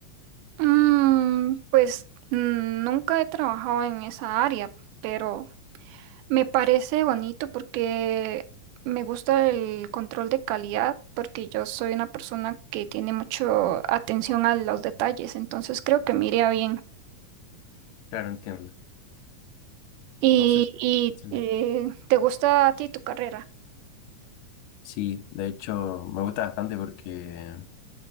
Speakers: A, on the right (about 80°); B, on the left (about 85°).
A: Mm, pues mm, nunca he trabajado en esa área, pero me parece bonito porque me gusta el control de calidad, porque yo soy una persona que tiene mucho atención a los detalles, entonces creo que me iría bien.
B: Claro, entiendo.
A: ¿Y,
B: Entonces,
A: y
B: genial.
A: eh, te gusta a ti tu carrera?
B: sí, de hecho me gusta bastante porque